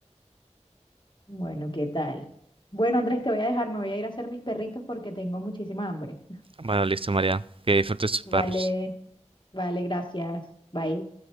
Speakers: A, on the left; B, on the right.
A: Bueno, ¿qué tal? Bueno, Andrés, te voy a dejar, me voy a ir a hacer mis perritos porque tengo muchísima hambre. <laughs>
B: Bueno, listo, María. Que disfrutes tus
A: Vale,
B: perros.
A: vale, gracias. Bye.